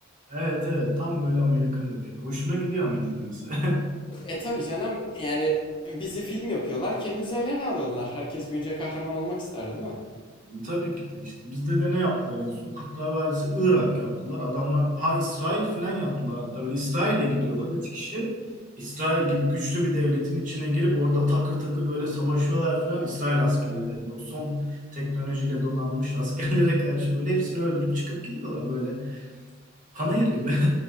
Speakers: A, on the right; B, on the left.
A: Evet evet. Tam böyle Amerikan efekti. Hoşuma gidiyor ama izlemesi. <laughs>
B: E tabii canım yani bizi film yapıyorlar. Kendi üzerlerine alıyorlar. Herkes büyünce kahraman olmak ister değil mi?
A: Tabii ki de işte bizde de ne yaptılar en son? Kurtlar Vadisi Irak yaptılar. Adamlar ha İsrail falan yaptılar hatta böyle İsrail'e gidiyorlar. Üç kişi İsrail gibi güçlü bir devletin içine girip orada takır takır böyle savaşıyorlar falan İsrail askerlerine o son teknolojiyle donanmış <laughs> askerlere karşı böyle hepsini öldürüp çıkıp gidiyorlar böyle panayır gibi. <laughs>